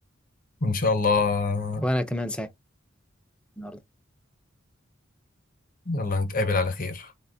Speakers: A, on the left (about 45°); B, in the centre.
A: وإن شاء الله
B: وأنا كمان سعيد النهاردة.
A: يلا نتقابل على خير